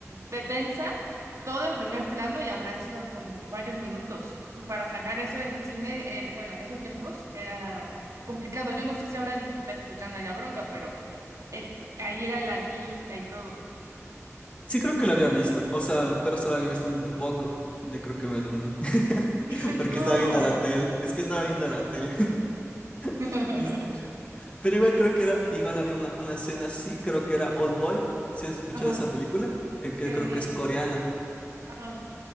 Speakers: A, on the right; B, on the left.
A: de densa, todo en primer plano y habrán sido como varios minutos para sacar eso en cine, era, bueno, en esos tiempos era mm, complicado. Yo no sé si ahora en digital pues ya no haya bronca, pero en- ahí era la cinta y todo.
B: Sí creo que la había visto, o sea, pero solo había visto un, un poco, de creo que me dormí, <laughs>
A: <laughs>
B: porque
A: No.
B: estaba viendo la tele, es que estaba viendo la tele,
A: <laughs>
B: <laughs> Ni- pero igual creo que era, igual había una, una escena así, creo que era Old Boy, si has escuchado
A: Ajá.
B: esa película, Eh, que
A: Eh,
B: creo que es coreana,
A: ajá.